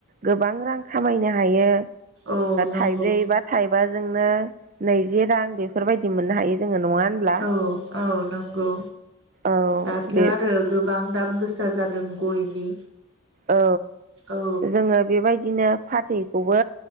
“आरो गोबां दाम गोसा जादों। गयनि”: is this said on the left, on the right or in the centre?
Right